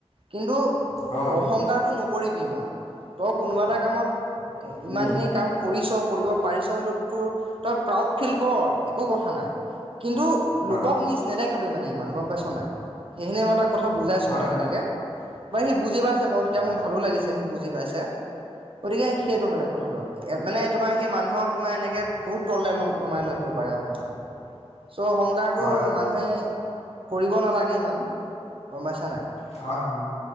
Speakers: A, on the right; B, on the left.
A: কিন্তু
B: অ',
A: অহংকাৰটো নকৰিবি ইমান, তই কোনোবা এটা কামত
B: উম,
A: ইমানখিনি কাম কৰিছ, কৰিব পাৰিছ, সেইটোত তোৰ, তই প্ৰাউড ফিল কৰ এ একো কথা নাই, কিন্তু
B: হয়,
A: লোকক নীচ নেদেখাবি মানে ইমান গম পাইছ নাই, সেইখিনিয়ে মই তাক কথা বুজাইছো
B: হয়,
A: মানে তেনেকে, বা সি বুজি পাইছে বাৰু তেতিয়া মোৰ ভালো লাগিছে, সি বুজি পাইছে। গতিকে সেইটো মানে কথাটো, মানে তোমাৰ সেই মানুহক তোমাৰ এনেকৈ বহুত তললৈ ল'ম নমাই লৈ আহিব পাৰে অহংকাৰ, চ, অহংকাৰটো
B: হয়,
A: মানুহে কৰিব নালাগে ইমান, গম পাইছা নে নাই?
B: হয়, হয়,